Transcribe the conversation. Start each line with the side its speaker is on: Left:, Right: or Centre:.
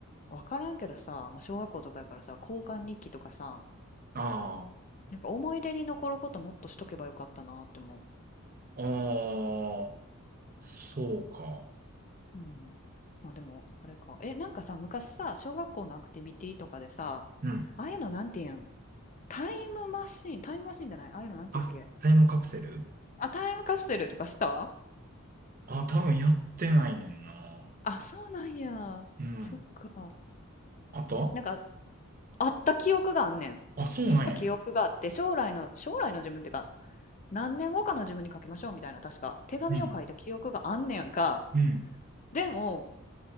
Left: わからんけどさ、まあ、小学校とかやからさ、交換日記とかさ、
Right: ああ。
Left: なんか思い出に残ることもっとしとけばよかったなって思
Right: ああ、そうか。
Left: う。うん。まあでも、あれか。え、なんかさ、昔さ、小学校のアクティビティとかでさ、
Right: うん。
Left: ああいうのなんていうんタイムマシーン、タイムマシーンじゃないああいうのなんていうっけ
Right: あ、タイムカプセル
Left: あ、タイムカプセルとかした
Right: あ、多分やってないねんな。
Left: あ、そうなんや。
Right: うん。
Left: そっか。
Right: あった
Left: なんか、あった記憶があんねん。
Right: あ、そうなんや。
Left: した記憶があって、将来の、将来の自分っていうか、何年後かの自分に書きましょうみたいな、確か、手紙を書いた記憶があんねやんか。
Right: うん。うん。
Left: でも、